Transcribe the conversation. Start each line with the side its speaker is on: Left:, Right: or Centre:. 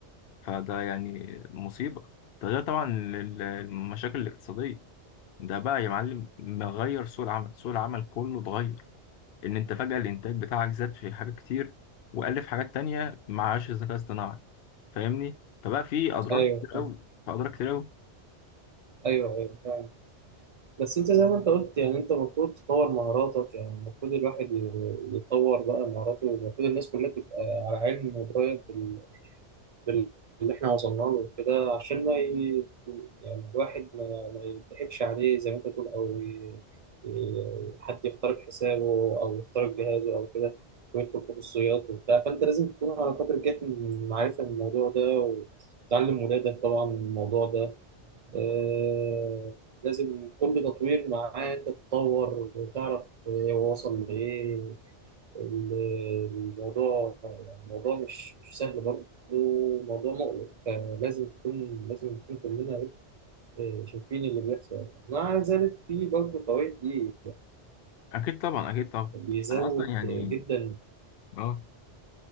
Left: فده يعني مصيبه ده غير طبعا ال- المشاكل الاقتصاديه ده بقى يا معلم مغير سوق العمل سوق العمل كله اتغير ان انت فجاه الانتاج بتاعك زاد في حاجات كتير وقل في حاجات تانية معاش الذكاء الاصطناعي فاهمني فبقى فيه اضرار
Right: ايوه
Left: كتير
Right: فاهم.
Left: قوي فاضرار كتير قوي
Right: ايوه ايوه فاهم بس انت زي ما انت قلت يعني انت المفروض تطور مهاراتك يعني المفروض الواحد ي- يطور بقى مهاراته والمفروض الناس كلها تبقى على علم ودرايه بال... بال... اللي احنا وصلنا له وكده عشان ما ي... يعني الواحد ما, ما يضحكش عليه زي ما انت تقول او ي... ي- حد يخترق حسابه او يخترق جهازه او كده ويدخل في خصوصيات وبتاع فانت لازم تكون على قدر كافي من المعرفه من الموضوع ده وتعلم ولادك طبعا الموضوع ده آه، لازم كل تطوير معاه انت تتطور وتعرف هو وصل لايه ال- الموضوع يعني الموضوع مش مش سهل برضه موضوع مقلق فلازم تكون لازم نكون كلنا إيه، شايفين اللي بيحصل يعني. مع ذلك في برضه فوائد دي
Left: اكيد طبعا اكيد طبعا
Right: بيزود
Left: انا اصلا يعني
Right: جدا
Left: اه